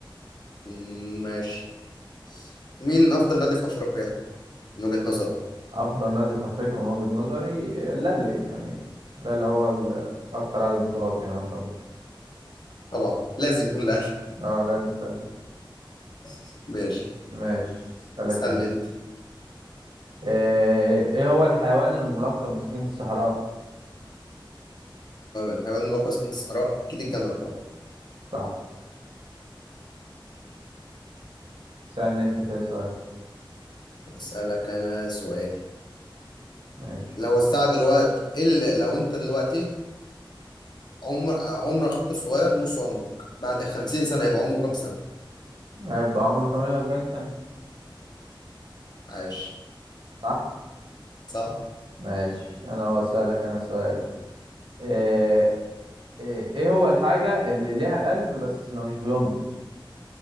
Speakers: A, on the left; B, on the right.
A: مم، ماشي مين افضل نادي في افريقيا من وجهة نظرك
B: افضل نادي في افريقيا من وجهة نظري الاهلي يعني الاهلي هو ال- اكتر عدد بطولات يعني طبعا
A: طبعا لازم يكون الاهلي
B: اه لازم فعلا
A: <laughs> ماشي
B: ماشي اسالك
A: اسالني
B: انا
A: انت
B: ايه إيه هو الحيوان الملقب بسفينة الصحراء
A: الحيوان المركز في الصحراء اكيد الجمل طبعا
B: صح سألني انت كده سؤال
A: اسالك انا سؤال
B: ماشي
A: لو الساعه دلوقتي ال... لو انت دلوقتي عمر عمر اخوك الصغير نص عمرك بعد 50 سنه هيبقى عمره كام سنة؟
B: هيبقى عمره 48 سنة
A: عايش
B: صح
A: صح
B: ماشي انا هو اسالك انا سؤال ايه ايه إيه هو الحاجة اللي ليها قلب بس ما مش بينبض